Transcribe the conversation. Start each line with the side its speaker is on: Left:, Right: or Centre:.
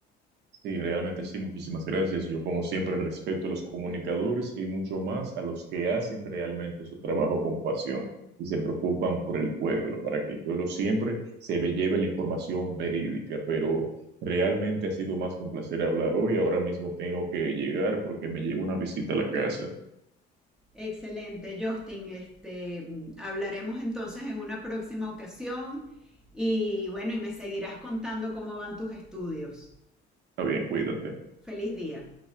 Right: Sí, realmente sí, muchísimas gracias. Yo como siempre respeto a los comunicadores y mucho más a los que hacen realmente su trabajo con pasión y se preocupan por el pueblo, para que el pueblo siempre se ve- lleve la información verídica. Pero realmente ha sido más que un placer hablar hoy. Ahora mismo tengo que llegar porque me llega una visita a la casa.
Centre: Excelente, Justin, este, hablaremos entonces en una próxima ocasión y bueno, y me seguirás contando cómo van tus estudios.
Right: Está bien, cuídate.
Centre: Feliz día.